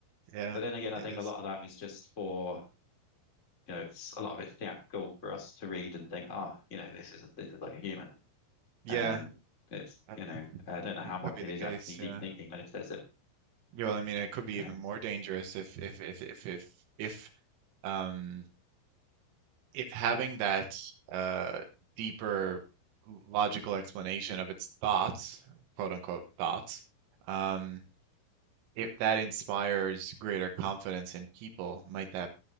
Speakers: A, on the right; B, on the left.
A: Yeah,
B: But then again, I
A: it
B: think
A: is.
B: a lot of that is just for you know, it's a lot of it's theatrical for us to read and think, "Ah, oh, you know, this is this is like a human."
A: Yeah,
B: Um, it's
A: that-
B: you know, I don't know
A: it
B: how much
A: could be
B: it
A: the
B: is
A: case,
B: actually deep
A: yeah.
B: thinking when it says it.
A: Yeah, Well, I mean, it could be even
B: Um,
A: more dangerous if if if if if if um if having that uh, deeper logical explanation of its thoughts, quote unquote thoughts, um, if that inspires greater confidence in people, might that